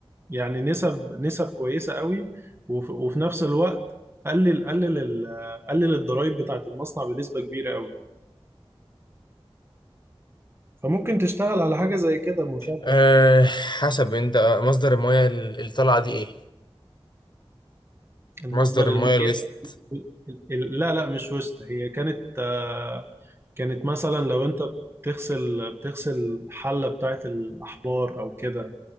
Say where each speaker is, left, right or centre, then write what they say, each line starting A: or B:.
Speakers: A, on the right; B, on the left.
A: يعني نسب نسب كويسة قوي وف- وفي نفس الوقت قلل قلل ال- قلل الضرايب بتاعة المصنع بنسبة كبيرة قوي فممكن تشتغل على حاجة زي كده مشابهة
B: أه حسب انت مصدر المياه ال- اللي طالعه دي ايه
A: المصدر
B: مصدر
A: المية
B: المياه الويست
A: ال- ال- لا لا مش وسط هي كانت آه كانت مثلا لو انت بتغسل بتغسل حلة بتاعة الأحبار أو كده